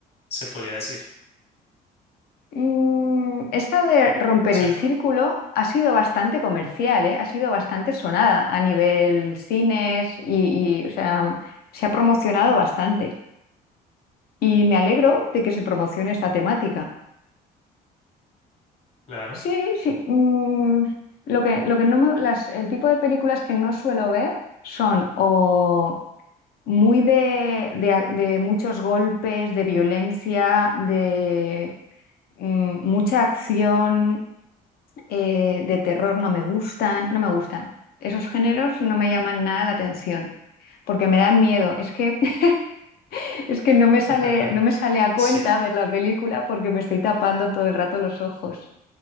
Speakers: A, on the left; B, on the left.
A: se podría decir,
B: Mm, esta de romper
A: ¿cierto?
B: el círculo ha sido bastante comercial, ¿eh? Ha sido bastante sonada a nivel cines y, y, o sea, se ha promocionado bastante. Y me alegro de que se promocione esta temática.
A: Claro.
B: Sí, sí. mm, lo que, lo que no me- las, el tipo de películas que no suelo ver son o muy de, de a- de muchos golpes, de violencia, de mm, mucha acción eh, de terror no me gustan, no me gustan. Esos géneros no me llaman nada la atención porque me dan miedo. Es que, <laughs> es que no me sale,
A: <laughs>
B: no me sale a cuenta
A: Sí.
B: ver la película porque me estoy tapando todo el rato los ojos.